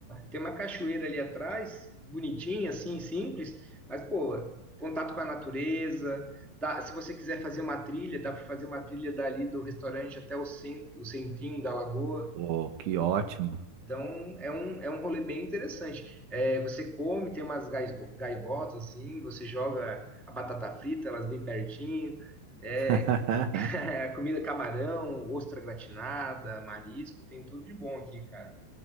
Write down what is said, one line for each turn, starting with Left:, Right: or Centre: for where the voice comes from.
Centre: Tem uma cachoeira ali atrás, bonitinha, assim, simples, mas, pô, contato com a natureza. dá- se você quiser fazer uma trilha, dá para fazer uma trilha dali do restaurante até o, cent, o centrinho da lagoa.
Right: Pô, que ótimo.
Centre: Então, é um, é um rolê bem interessante. É, você come, tem umas gais- gaivotas, assim, você joga a batata frita, elas vêm pertinho. É,
Right: <laughs>
Centre: <laughs> é, comida camarão, ostra gratinada, marisco, tem tudo de bom aqui, cara.